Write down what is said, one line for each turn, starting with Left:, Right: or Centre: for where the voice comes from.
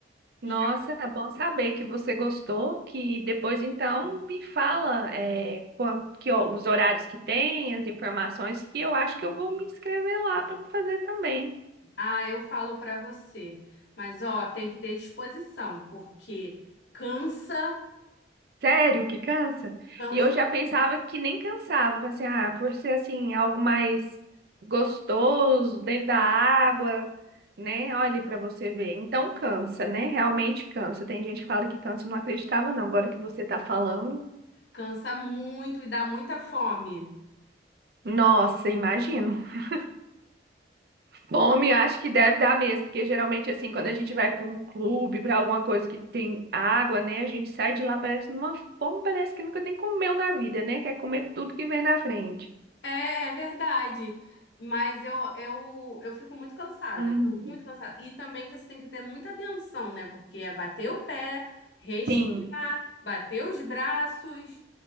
Right: Nossa,
Left: E
Right: é bom saber que você gostou, que depois então me fala é, quando, que, ó, os horários que tem, as informações, que eu acho que eu vou me inscrever lá para fazer também.
Left: ah, eu falo para você, mas ó, tem que ter disposição, porque cansa,
Right: Sério que cansa?
Left: cansa,
Right: E eu já pensava que nem cansava. Falei assim, ah, por ser assim, algo mais gostoso, dentro da água, né? Olha pra você ver. Então cansa, né? Realmente cansa. Tem gente que fala que cansa, eu não acreditava, não. Agora que você tá falando.
Left: cansa muito e dá muita fome.
Right: Nossa, imagino. <laughs> Fome, acho que deve dar mesmo, porque geralmente assim, quando a gente vai pra um clube, pra alguma coisa que tem água, né? A gente sai de lá parece numa fome, parece que nunca nem comeu na vida, né? Quer comer tudo que vem na frente.
Left: É, é verdade. Mas eu, eu, eu fico muito cansada,
Right: Uhum.
Left: muito cansada. E também você tem que ter muita atenção, né? Porque é bater o pé, respirar,
Right: Sim,
Left: bater os braços,